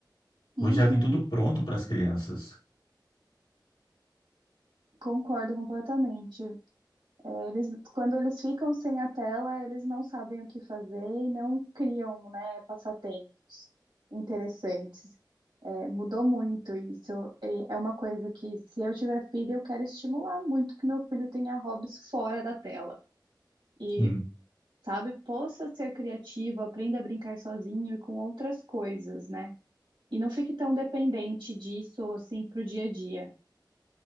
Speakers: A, on the left; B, on the right.
A: Hoje
B: Uhum,
A: já vem tudo pronto para as crianças.
B: concordo completamente. É, eles, quando eles ficam sem a tela, eles não sabem o que fazer e não criam, né, passatempos interessantes. É, mudou muito isso. E É uma coisa que, se eu tiver filho, eu quero estimular muito que meu filho tenha hobbies fora da tela. E,
A: Sim.
B: sabe, possa ser criativo, aprenda a brincar sozinho e com outras coisas, né? E não fique tão dependente disso, assim, pro dia a dia.